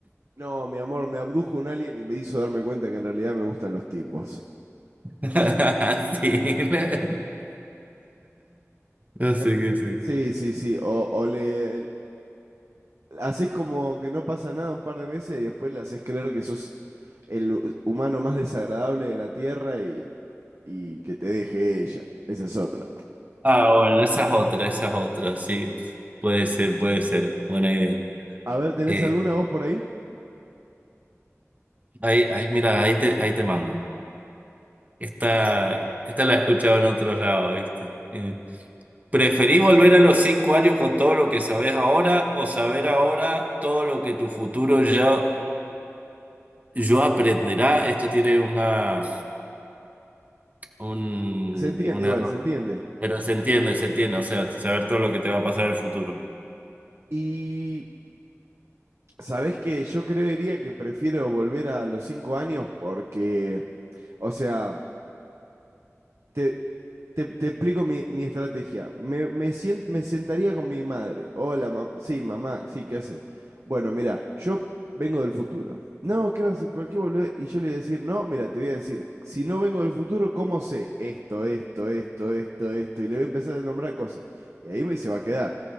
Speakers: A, on the right (about 60°); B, on the right (about 30°).
A: No, mi amor, me abdujo un alien y me hizo darme cuenta que en realidad me gustan los tipos.
B: <laughs> Sí. No sé
A: En-
B: qué sí.
A: sí, sí, sí, o, o le, haces como que no pasa nada un par de meses y después le haces creer que sos el hu- humano más desagradable de la Tierra y, y que te deje ella. Esa es otra.
B: Ah, bueno, esa es otra, esa es otra, sí. Puede ser, puede ser. Buena idea.
A: A ver, ¿tenés
B: Eh,
A: alguna voz por ahí?
B: ahí, ahí, mira, ahí te, ahí te mando. Esta, esta la he escuchado en otro lado, ¿viste? Eh, ¿preferís volver a los cinco años con todo lo que sabés ahora o saber ahora todo lo que tu futuro yo yo aprenderá? Esto tiene una, un,
A: Se entiende
B: un
A: igual,
B: error,
A: se entiende.
B: pero se entiende, se entiende, o sea, saber todo lo que te va a pasar en el futuro.
A: Y sabés que yo creería que prefiero volver a los cinco años porque, o sea, te, te, te explico mi, mi estrategia. Me, me, sien- me sentaría con mi madre. Hola, mam Sí, mamá, sí, ¿qué haces? Bueno, mira, yo vengo del futuro. No, ¿qué vas a cualquier boludez? Y yo le voy a decir, no, mira, te voy a decir, si no vengo del futuro, ¿cómo sé esto, esto, esto, esto, esto? Y le voy a empezar a nombrar cosas. Y ahí me se va a quedar.